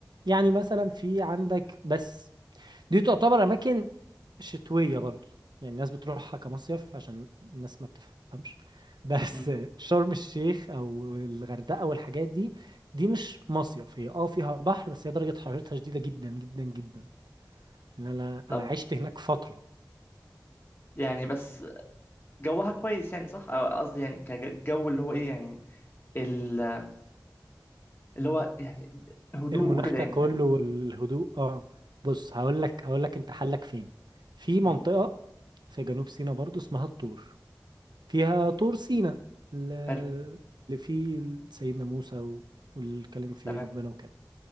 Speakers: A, on the right (about 75°); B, on the left (about 30°).
A: يعني مثلا في عندك بس دي تعتبر اماكن شتويه برضو يعني الناس بتروحها كمصيف عشان الناس ما بتفهمش بس
B: امم
A: <laughs> شرم الشيخ او الغردقه والحاجات دي دي مش مصيف هي اه فيها بحر بس هي درجه حرارتها شديده جدا جدا جدا لان انا
B: طب
A: انا عشت هناك فتره
B: يعني بس جوها كويس يعني صح أو قصدي يعني كجو اللي هو ايه يعني ال- اللي هو يعني هدوء
A: المناخ
B: وكده
A: كله
B: يعني فاهم
A: والهدوء اه بص هقول لك هقول لك انت حلك فين في منطقه
B: امم
A: في جنوب سيناء برضو اسمها الطور فيها طور سينا ال-
B: حلو
A: اللي فيه سيدنا موسى و- والكلام فيه
B: تمام
A: ربنا وكده